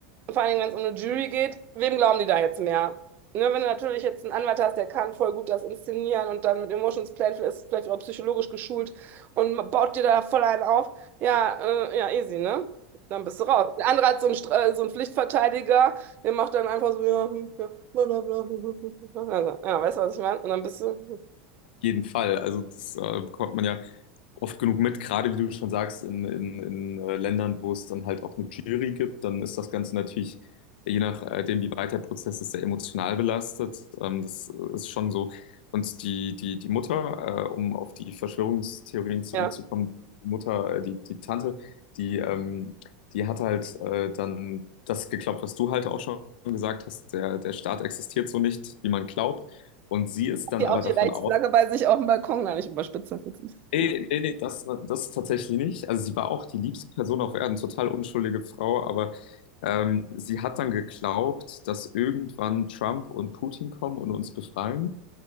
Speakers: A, on the right; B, on the left.
A: Und vor allen Dingen, wenn es um eine Jury geht, wem glauben die da jetzt mehr? Ne? Wenn du natürlich jetzt einen Anwalt hast, der kann voll gut das inszenieren und dann mit Emotions Playful ist vielleicht auch psychologisch geschult und baut dir da voll einen auf. Ja, äh, ja, easy, ne? Dann bist du raus. Der andere hat so einen, Stra- äh, so einen Pflichtverteidiger, der macht dann einfach so, ja, hm, ja. Blablabla. Also, ja, weißt du, was ich meine? Und dann bist du,
B: jeden Fall. Also das äh, bekommt man ja oft genug mit, gerade wie du schon sagst, in, in, in äh, Ländern, wo es dann halt auch eine Jury gibt, dann ist das Ganze natürlich, je nachdem, wie weit der Prozess ist, sehr emotional belastet. Ähm, das ist schon so. Und die, die, die Mutter, äh, um auf die Verschwörungstheorien zurückzukommen,
A: ja,
B: die Mutter, äh, die, die Tante, die, ähm, die hat halt äh, dann das geglaubt, was du halt auch schon gesagt hast, der, der Staat existiert so nicht, wie man glaubt. Und sie ist dann
A: hier
B: aber
A: auch die
B: davon
A: Reichsflagge bei sich auf dem Balkon, gar nicht überspitzt. das ist-
B: Nee, nee, nee, das, war- das tatsächlich nicht. Also sie war auch die liebste Person auf Erden, total unschuldige Frau, aber ähm, sie hat dann geglaubt, dass irgendwann Trump und Putin kommen und uns befreien.